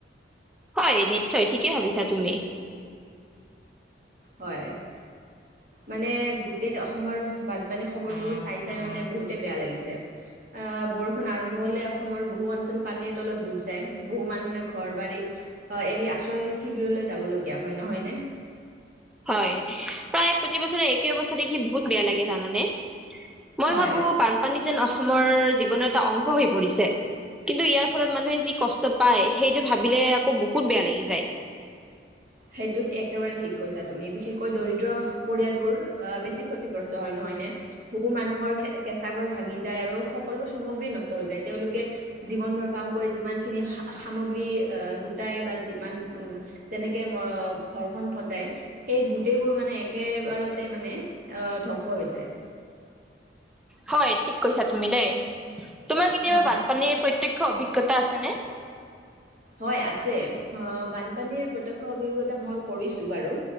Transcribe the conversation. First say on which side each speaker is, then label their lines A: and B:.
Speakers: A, in the centre; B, on the right.
A: হয় নিশ্চয়, ঠিকেই ভাবিছা তুমি।
B: হয় মানে গোটেই অসমৰ বানপানী খবৰবোৰ চাই-চাই মানে বহুতে বেয়া লাগিছে। আহ বৰষুণ আৰম্ভ হ'লে অসমৰ বহু অঞ্চল পানীৰ তলত ডুব যায়, বহু মানুহে ঘৰ বাৰী ঘৰ এৰি আশ্ৰয় শিবিৰলৈ যাব লগীয়া হয়, নহয় নে?
A: হয় প্ৰায় প্ৰতিবছৰে একে অৱস্থা দেখি বহুত বেয়া লাগে জানানে। মই
B: হয়।
A: ভাবোঁ বানপানী যেন অসমৰ জীৱনৰ এটা অংশ হৈ পৰিছে। কিন্তু ইয়াৰ ফলত মানুহে যি কষ্ট পায়, সেইটো ভাবিলে আকৌ বহুত বেয়া লাগি যায়।
B: সেইটোত একেবাৰে ঠিক কৈছা তুমি, বিশেষকৈ দৰিদ্ৰ পৰিয়ালবোৰ বেছি ক্ষতিগ্ৰস্ত হয়, নহয় নে? বহু মানুহৰ কেঁচা ঘৰ ভাঙি যায় আৰু সকলো সামগ্ৰী নষ্ট হৈ যায়। তেওঁলোকে জীৱনভৰ কাম কৰি যিমান খিনি সামগ্ৰী আহ গোটাই বা যিমান যেনেকে কে ঘৰখন সজাই সেই গোটেইবোৰ মানে একেবাৰতে মানে অ' ধ্বংস হৈ যায়।
A: হয়, ঠিক কৈছা তুমি দেই। তোমাৰ কেতিয়াবা
B: হয়
A: বানপানীৰ প্ৰত্যক্ষ অভিজ্ঞতা আছেনে?
B: হয় আছে, অ' বানপানীৰ প্ৰত্যক্ষ অভিজ্ঞতা মই কৰিছোঁ বাৰু,